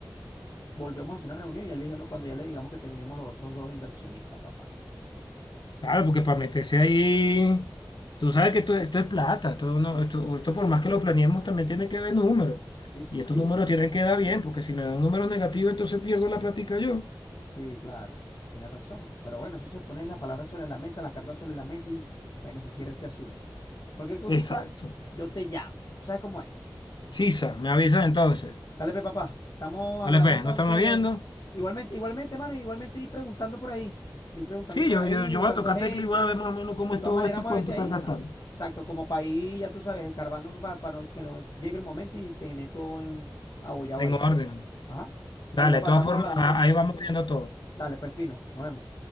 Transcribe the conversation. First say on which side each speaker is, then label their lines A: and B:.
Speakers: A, on the left; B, on the left.
A: volvemos a hacer una reunión y ya le dije, no, cuando ya le digamos que tenemos los otros dos inversionistas, papá.
B: Claro, porque para meterse ahí, tú sabes que esto, esto es plata, esto, no, esto, esto por más que lo planeemos también tiene que ver números.
A: Sí, sí,
B: Y
A: sí,
B: estos números tienen que dar bien, porque si me dan un número negativo, entonces pierdo la plática yo.
A: sí, claro, tienes razón. Pero bueno, eso se ponen las palabras sobre la mesa, las cartas sobre la mesa y bueno, se cierra ese asunto. Cualquier cosita,
B: Exacto.
A: yo te llamo. ¿Tú sabes cómo es?
B: Sisa, me avisa entonces.
A: Dale, pe, papá. Estamos
B: Vale,
A: hablando
B: pues,
A: entonces.
B: ¿nos estamos viendo?
A: Igualmente, igualmente, mano, igualmente ir preguntando por ahí. Ir preguntando
B: Sí,
A: por
B: yo,
A: ahí,
B: yo, yo
A: buscando
B: voy a tocar
A: gente.
B: tecla y voy a ver más o menos cómo
A: De
B: es
A: todas
B: todo
A: maneras,
B: esto
A: muévete
B: y cuánto están
A: ahí.
B: gastando.
A: Ajá. Exacto, como país, ya tú sabes, escarbando para, que nos llegue el momento y tener todo en abollado
B: En
A: ahí.
B: orden.
A: Ajá.
B: Dale,
A: Dale, papá,
B: de todas
A: estamos
B: formas,
A: hablando,
B: a-
A: pues.
B: ahí vamos viendo todo.
A: Dale, pues fino, nos vemos.